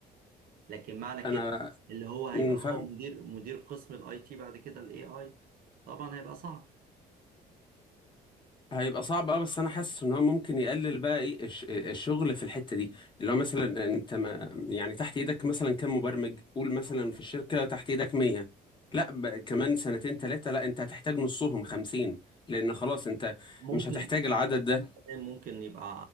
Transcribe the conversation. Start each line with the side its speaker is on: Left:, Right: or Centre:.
Right: لكن معنى كده
Left: انا
Right: اللي هو هيبقى
Left: مم،
Right: هو
Left: فاهم
Right: مدير مدير قسم الاي تي بعد كده الاي اي طبعا هيبقى صعب
Left: هيبقى صعب اه بس انا حاسس ان هو ممكن يقلل بقى ايه الش- الشغل في الحته دي اللي هو مثلا انت ما يعني تحت ايدك مثلا كام مبرمج قول مثلا في الشركه تحت ايدك 100 لا ب- كمان سنتين ثلاثه لا انت هتحتاج نصهم 50 لان خلاص انت
Right: ممكن
Left: مش هتحتاج العدد
Right: 50
Left: ده
Right: كمان ممكن يبقى